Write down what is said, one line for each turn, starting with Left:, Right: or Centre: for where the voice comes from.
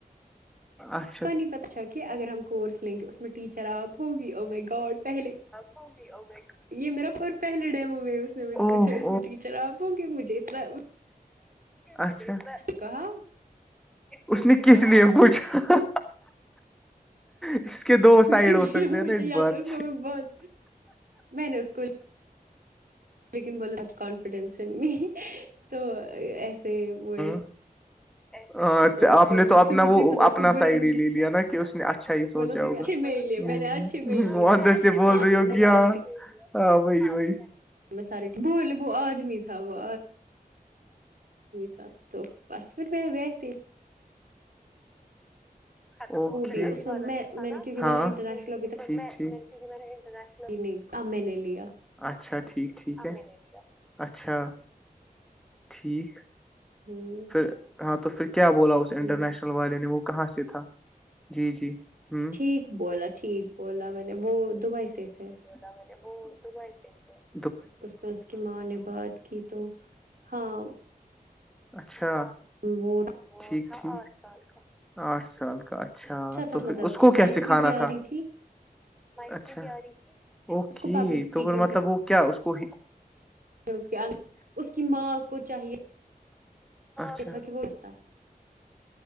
Centre: اچا
Right: فنی پت چ کہ اگر ہم کورس لیں گے اس میں ٹیچر آپ ہوگی او میں گاڈ پہلے
Centre: ہو جی ا ب
Right: یہ میرا پر پہے ڈیم ہو میں ہے اس نے
Centre: تھا
Right: مجھے
Centre: اوہ
Right: پوچھا اسس میں کیچر آابو گے مجھے اتنا
Centre: اچھا
Right: کہا
Centre: اس نے کس لیے پوچھا <inaudible> دو سائڈ
Right: ک
Centre: ہو
Right: لیے
Centre: سکتے ہیں
Right: مجھے
Centre: نا
Right: یاد
Centre: بات
Right: ہے اس کو میں بہت میں نے اس کو لیکن بلا آج کانفیڈینس نہیں تو ایسے وہ
Centre: ہاں ہاں اچھا
Right: سب
Centre: آپ نے تو اپنا
Right: پھر مجھے
Centre: وہ
Right: نہیں پتا اس
Centre: اپنا
Right: نے برے
Centre: سائڈ
Right: میں
Centre: ہی لے لیا نا کہ اس نے اچھا ہی سوچا
Right: بولا تھا
Centre: ہوگا
Right: کہ اچھے میں ہی لیا
Centre: ہ
Right: میں نے اچھے میں ہی لیا
Centre: ادر سے بول
Right: ہاں
Centre: رہی
Right: تو
Centre: ہوگ
Right: میں نے
Centre: ہ
Right: کہا
Centre: ہاں وہی وہی
Right: ساری بولے وہ آدمی تھ تھا وہ تھا تو بس روپئے وس
Centre: وہ
Right: بھی اس میں
Centre: والا
Right: میں
Centre: جو تھا
Right: میں نے
Centre: نا
Right: کیونکہ میں نے انٹرنیشنل
Centre: وہ بھی جرا
Right: ج نہیں آمے نے لیا
Centre: اچھا ٹھیک ٹھیک ہے اچھا ٹھیک
Right: ہوں
Centre: پھر ہاں تو پھر کیا بولا اس انٹرنیشنل
Right: ہوں
Centre: والے نے وہ کہاں سے تھا جی جی ہوں
Right: ٹھیک بولا ٹھیک بولا میں نے وہ دبئی سے تھے
Centre: بلا م نے ب دبئی سے تھ
Right: اس پر اس کی ماں نے بات کی تو ہاں
Centre: اچھا
Right: وہ
Centre: ٹھیک ٹھیک آٹھ سال کا اچھا
Right: تھا
Centre: تو پھر
Right: مزہ
Centre: اس
Right: کی
Centre: کو
Right: اسمائل
Centre: کیا سکھانا
Right: اتنی پیاری
Centre: تھا
Right: تھی
Centre: اچھا اوک
Right: اس کو پبلک اسپیکنگ
Centre: تو پھر مطلب وہ کیا اس کو
Right: پھر اس کے اس کی ماں کو چاہیے
Centre: چا
Right: تھا کہ وہ کرتا